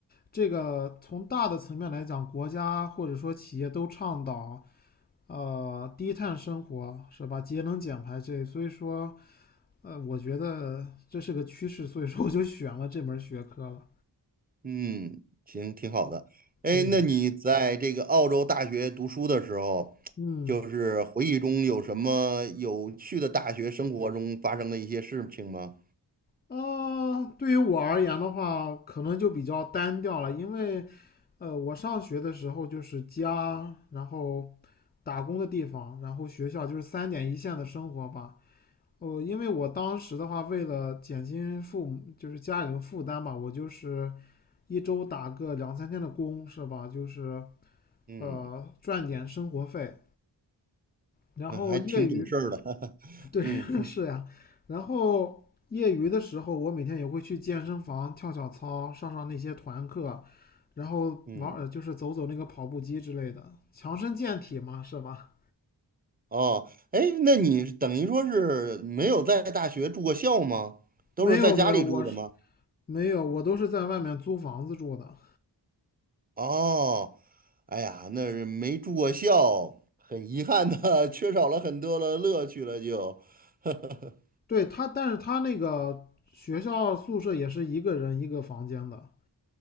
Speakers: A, on the left; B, on the right.
A: 这个从大的层面来讲，国家或者说企业都倡导呃低碳生活，是吧？节能减排这，所以说呃，我觉得这是个趋势，所以说我就选了这门学科了。
B: 嗯，行，挺好的。哎，
A: 对呀、
B: 那你在这个澳洲大学读书的时候，
A: 嗯，
B: 就是回忆中有什么有趣的大学生活中发生的一些事情吗？
A: 呃，对于我而言的话，可能就比较单调了，因为，呃，我上学的时候就是家，然后打工的地方，然后学校，就是三点一线的生活吧。哦，因为我当时的话，为了减轻父母就是家里的负担吧，我就是一周打个两三天的工，是吧？就是
B: 嗯。
A: 呃赚点生活费，然后业余
B: <laughs> 还挺懂事儿的，<laughs> 嗯
A: <laughs> 是呀，然后业余的时候，我每天也会去健身房跳跳操，上上那些团课，然后玩呃就是走走那个跑步机之类的，
B: 嗯，
A: 强身健体嘛，是吧？
B: 哦，哎，那你等于说是没有在大学住过校吗？都是在家里住的吗？
A: 没有没有，我是没有，我都是在外面租房子住的。
B: 哦，哎呀，那是没住过校，很遗憾的，<laughs> 缺少了很多的乐趣了就，<laughs>
A: 对他，但是他那个学校宿舍也是一个人一个房间的。